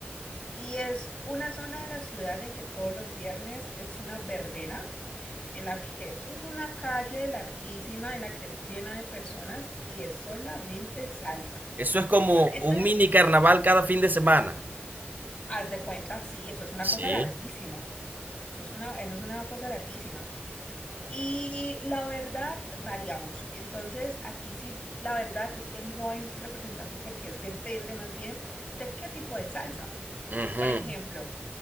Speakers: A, on the left; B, on the right.
A: Y es una zona de la ciudad en que todos los viernes es una verbena en la que eso es una calle larguísima, en la que es llena de personas y es solamente salsa.
B: Eso es como
A: Entonces,
B: un mini carnaval cada fin de semana.
A: haz de cuenta, sí, eso es una cosa
B: Sí,
A: larguísima. Eso es una, eso es una cosa larguísima. Y la verdad, variamos. Entonces, aquí sí, la verdad es que no hay un representante porque es, depende más bien de qué tipo de salsa.
B: Ujú,
A: Por ejemplo,